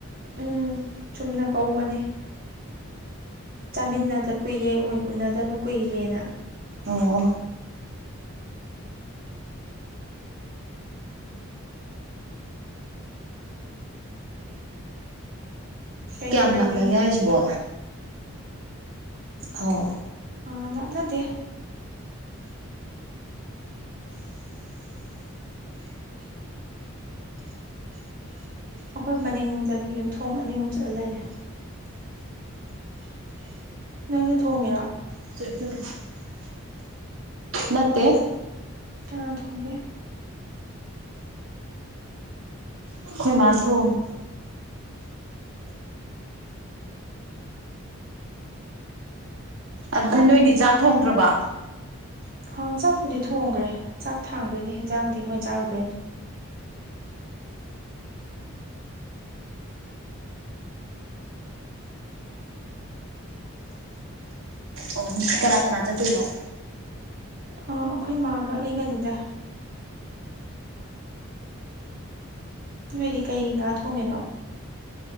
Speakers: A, on the right; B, on the right.
A: ꯎꯝ ꯆꯨꯝꯅ ꯀꯧꯕꯅꯦ ꯆꯥꯃꯤꯟꯅꯗꯕ ꯀꯨꯏꯔꯦ ꯎꯅꯗꯕ ꯀꯨꯏꯔꯦꯅ
B: ꯑꯣ
A: ꯀꯩꯅꯣ
B: ꯀ꯭ꯌꯥꯝ
A: ꯀꯩꯒꯤ
B: ꯂꯥꯞꯅꯒꯦ ꯍꯥꯏꯁꯤꯕꯣ ꯑꯥꯎ
A: ꯑ ꯂꯥꯞꯅꯗꯦ ꯑꯈꯣꯏ ꯃꯅꯤꯡꯗꯅꯤ ꯌꯨꯝꯊꯣꯡ ꯑꯅꯤ ꯑꯍꯨꯝ ꯆꯠꯂ ꯂꯩꯔꯦ ꯅꯪꯅ ꯊꯣꯡꯉꯤꯔꯣ
B: <unintelligible> ꯅꯠꯇꯦ
A: ꯀꯅꯥ ꯊꯣꯡꯒꯦ
B: ꯑꯩꯈꯣꯏ ꯃꯥꯅ ꯊꯣꯡꯉꯦ ꯑꯗꯨꯗꯤ ꯅꯣꯏꯗꯤ ꯆꯥꯛ ꯊꯣꯡꯗ꯭ꯔꯕ
A: ꯑꯥ ꯆꯥꯛꯄꯨꯗꯤ ꯊꯣꯡꯒ꯭ꯔꯦ ꯆꯥꯛ ꯊꯥꯡꯗꯣꯏꯅꯦ ꯍꯟꯖꯥꯡꯗꯤ ꯃꯣꯏ ꯆꯥꯔꯨꯗꯣꯏꯅꯤ
B: ꯑꯣ ꯀꯅꯥ ꯀꯅꯥ ꯆꯠꯇꯣꯢꯅꯣ
A: ꯑ ꯑꯩꯈꯣꯏ ꯃꯥꯒ ꯑꯩꯒꯅꯤꯗ ꯅꯣꯏꯗꯤ ꯀꯩ ꯉꯥ ꯊꯣꯡꯉꯤꯅꯣ